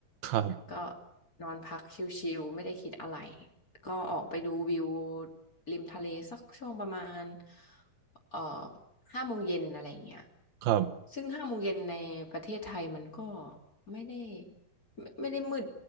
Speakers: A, on the right; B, on the left.
A: ครับ
B: ก็นอนพักชิลๆไม่ได้คิดอะไรก็ออกไปดูวิวริมทะเลสักช่วงประมาณเอ่อห้าโมงเย็นอะไรอย่างเงี้ย
A: ครับ
B: ซึ่งห้าโมงเย็นในประเทศไทยมันก็ไม่ได้ไม่ไม่ได้มืด